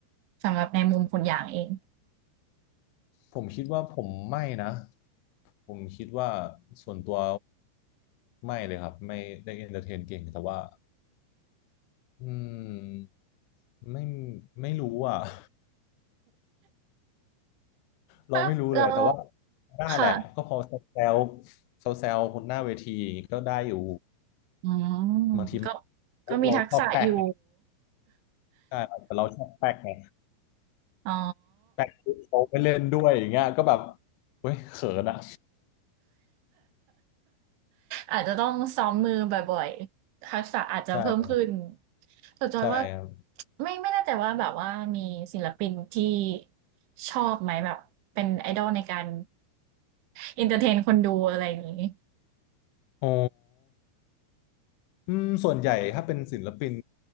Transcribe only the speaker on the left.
ผมคิดว่าผมไม่นะผมคิดว่าส่วนตัวไม่เลยครับไม่ได้เอนเตอร์เทนเก่งแต่ว่าอืมไม่ไม่รู้อ่ะ <laughs> เราไม่รู้เลยแต่ว่า
ได้แหละก็พอแซวแซ
วแซวคนหน้าเวทีก็ได้อยู่
บางทีมัน
มุกเราชอบแปลกไงใช่แต่เราชอบแปลกไง
แปลกปุ๊บเขาไปเล่นด้วยอย่างเงี้ยก็แบบเว้ยเขินอะ
ใช่
ใช่ครับ
อ๋ออืมส่วนใหญ่ถ้าเป็นศิลปิน